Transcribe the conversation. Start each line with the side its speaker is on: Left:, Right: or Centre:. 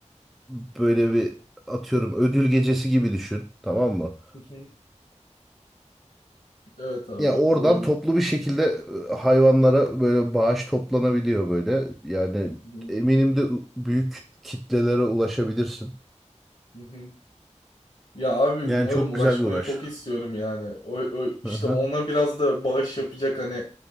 Centre: böyle bir atıyorum ödül gecesi gibi düşün tamam mı?
Left: Hı hı. Evet abi
Centre: Ya
Left: olabilir.
Centre: oradan toplu bir şekilde e, hayvanlara böyle bağış toplanabiliyor böyle. Yani
Left: Hı hı.
Centre: eminim de büyük kitlelere ulaşabilirsin.
Left: Hı hı. Ya abi
Centre: Yani
Left: umarım
Centre: çok
Left: ulaşmayı
Centre: güzel bir uğraş.
Left: çok istiyorum yani. O, o- işte
Centre: Hı hı.
Left: ona biraz da bağış yapacak hani